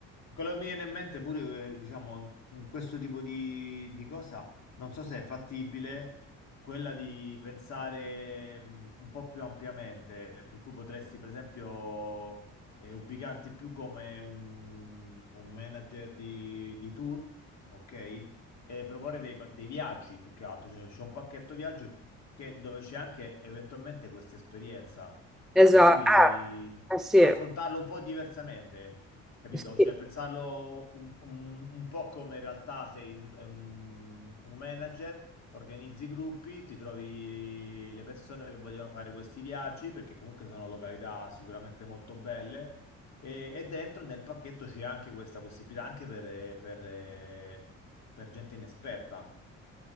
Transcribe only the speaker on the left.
quello che mi viene in mente pure, eh, diciamo, in, in questo tipo di, di cosa, non so se è fattibile quella di pensare mh, un po' più ampiamente, per cui potresti, per esempio, eh, ubicarti più come un, un manager di, di tour, ok? E proporre dei, pa- dei viaggi più che altro, cioè c'è un pacchetto viaggio che- dove c'è anche eventualmente questa esperienza,
per cui
affrontarlo un po' diversamente. Capito?
Cioè, pensarlo un, un- un po' come in realtà sei un, un- un manager, organizzi i gruppi, ti trovi le persone che vogliono fare questi viaggi, perché comunque sono località sicuramente molto belle, e, e dentro nel pacchetto c'è anche questa possibilità, anche per, per, per gente inesperta.